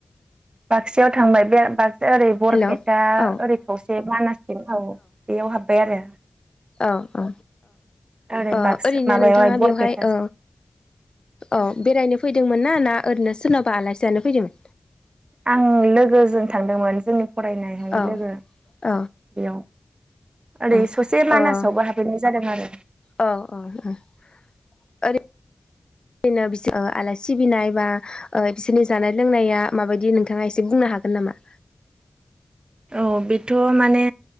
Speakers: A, on the right; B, on the left.
A: बाक्सायाव थांबाय बे बाक्सा ओरै बरपेटा
B: हेल' औ औ
A: ओरै खावसे मानासथिं थाङो बेयाव हाबबाय आरो
B: औ औ
A: ओरै
B: औ
A: बाक्सा
B: ओरैनो
A: माबायावहाय
B: नोंथाङा
A: बरपेटाजों
B: बेवहाय औ औ बेरायनो फैदोंमोन ना ना ओरैनो सोरनावाबा आलासियानो फैदोंमोन?
A: आं लोगोजों थांदोंमोन। जोंनि फरायनायहाय
B: औ
A: लोगो
B: औ
A: बेयाव
B: औ
A: ओरै ससे
B: औ
A: मानासावबो हाबफैनाय जादों आरो
B: औ औ ओरै ओरैनोर आलासि सिबिनाय बा बिसोरनि जानाय लोंनाया माबायदि नोंथाङा एसे बुंनो हागोन नामा?
A: औ बेथ' माने